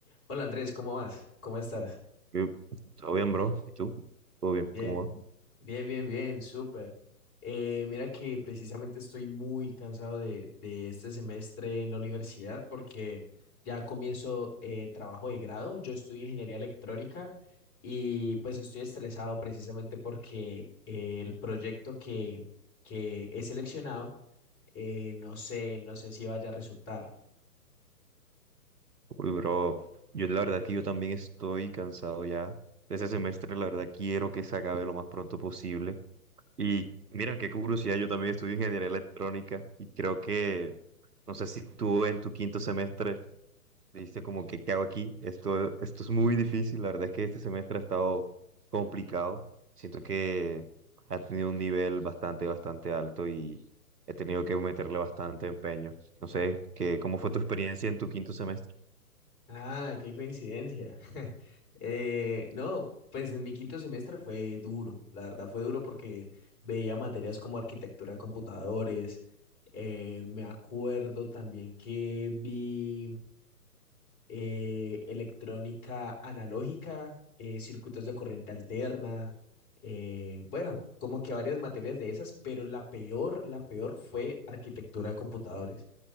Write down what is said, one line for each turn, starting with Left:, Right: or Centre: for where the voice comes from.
Left: Hola Andrés, ¿cómo vas? ¿Cómo estás?
Right: ¿Qué? ¿Todo bien, bro? ¿Y tú? ¿Todo bien?
Left: Bien,
Right: ¿Cómo va?
Left: bien, bien, bien, súper. Eh, mira que precisamente estoy muy cansado de, de este semestre en la universidad porque ya comienzo eh, trabajo de grado. Yo estudio ingeniería electrónica y pues estoy estresado precisamente porque eh, el proyecto que, que he seleccionado eh, no sé, no sé si vaya a resultar.
Right: Uy, bro, yo la verdad que yo también estoy cansado ya de ese semestre, la verdad quiero que se acabe lo más pronto posible. Y mira, qué curiosidad, yo también estudio ingeniería electrónica y creo que, no sé si tú en tu quinto semestre Dice como que, ¿qué hago aquí? Esto, esto es muy difícil. La verdad es que este semestre ha estado complicado. Siento que ha tenido un nivel bastante, bastante alto y he tenido que meterle bastante empeño. No sé, que, ¿cómo fue tu experiencia en tu quinto semestre?
Left: Ah, qué coincidencia. <laughs> Eh, no, pues en mi quinto semestre fue duro, la verdad fue duro porque veía materias como arquitectura de computadores. eh, me acuerdo también que vi eh, electrónica analógica, eh, circuitos de corriente alterna, eh, bueno, como que varias materias de esas, pero la peor, la peor fue arquitectura de computadores,